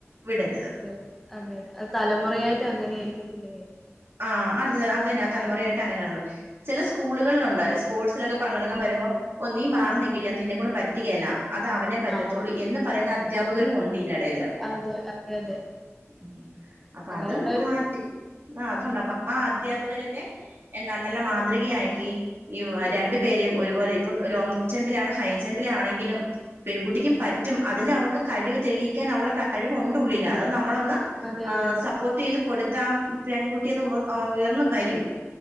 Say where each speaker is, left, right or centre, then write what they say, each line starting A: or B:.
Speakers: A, on the right (about 55°); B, in the centre.
A: വിടരുത്
B: ഇല്ലല്ല അതെ അതെ അത് തലമുറയായിട്ട് അങ്ങനെ ആയിരിക്കും പിന്നെ പേര്.
A: ആ അടുത്തതന്നെ അതന്നെ ആ തലമുറയായിട്ട അങ്ങനെ കാണുന്നത് ചെല സ്കൂളുകൾലുണ്ടായി സ്പോർട്സിലൊക്കെ പങ്കെടുക്കാൻ വരുമ്പോൾ, ഓഹ് നീ മാറി നിക്കടി അത് നിന്നെ കൊണ്ട് പറ്റുകയല്ല അത് അവനെ പറ്റത്തുള്ളൂ
B: ആഹ്
A: എന്ന് പറയുന്ന അധ്യാപകരും ഉണ്ടി തിന്റെ എടേല
B: അതെ അതെ അതെ
A: ഉം അപ്പ
B: അങ്ങനെയുള്ളവരുണ്ട്
A: അതും മാറ്റി ആ അതുണ്ട് അപ്പ ആ അദ്ധ്യാപകരെക്കെ എന്താ നല്ല മാതൃകയാക്കി ഈ രണ്ട്
B: ഉം
A: രണ്ട് പേരേം ഒരുപോലെ ഇപ്പം ലോങ് ജമ്പിലാണ് ഹൈ ജമ്പിലാണെങ്കിലും പെൺകുട്ടിക്കും
B: ഉം
A: പറ്റും
B: അതെ
A: അതില് അവക്ക് കഴിവ് തെളിയിക്കാൻ അവളെ കഴിവ് ഉണ്ട് ഉള്ളില്, അത് നമ്മളൊന്ന്
B: അതെ
A: ആ
B: അതെ അതെ
A: സപ്പോർട്ടെയ്ത് കൊടുത്താ ആ പെൺകുട്ടി അത് ഉള ഉയർന്ന് വരും